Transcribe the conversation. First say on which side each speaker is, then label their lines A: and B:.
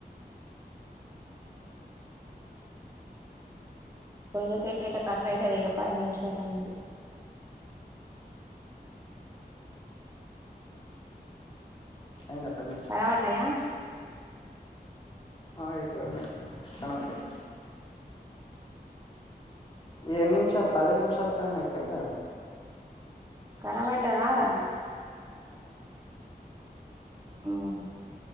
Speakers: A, on the right; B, on the left.
A: ఇంక సేపైతే కట్ ఐతది ఇగ పది నిమిషాలయింది.
B: అయిందా పది నిమిషాల్
A: కనబడ్డాయా
B: ఆ ఇటే ఉన్నయ్ కనవడ్డయ్ ఎన్ని నిమిషాల్ పది నిమిషాల్ కన్నా ఎక్కువైతాంది కదా
A: కనవడ్డదార మ్మ్